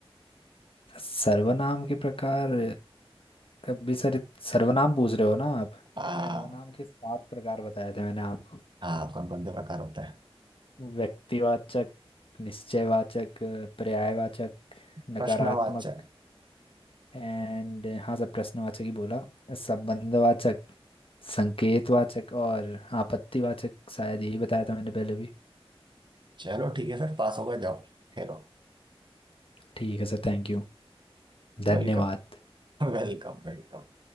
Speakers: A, on the left (about 65°); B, on the right (about 50°).
A: सर्वनाम के प्रकार अभी सर सर्वनाम पूछ रहे हो ना आप
B: हाँ
A: सर्वनाम के सात प्रकार बताए थे मैंने आपको
B: हाँ कौन कौन से प्रकार होते हैं
A: व्यक्तिवाचक निश्चयवाचक अ, पर्यायवाचक
B: प्रश्नवाचक
A: नकारात्मक एंड हाँ सब प्रश्नवाचक ही बोला संबंधवाचक संकेतवाचक और आपत्तिवाचक शायद यही बताया था मैंने पहले भी
B: चलो ठीक है फिर पास हो गए जाओ खेलो
A: ठीक है सर थैंक यू धन्यवाद
B: Welcome welcome welcome